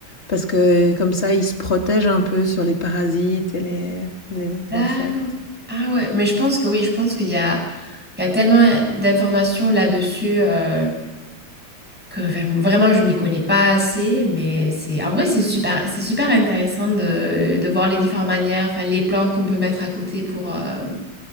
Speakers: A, on the left; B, in the centre.
A: parce que comme ça ils se protègent un peu sur les parasites et les, les
B: d'accord.
A: insectes.
B: Ah ouais, mais je pense que oui, je pense qu'il y a, il y a tellement d'informations là-dessus. euh, que vraiment, vraiment, je m'y connais pas assez, mais c'est en vrai c'est super c'est super intéressant de, de voir les différentes manières, enfin les plantes qu'on peut mettre à côté pour euh,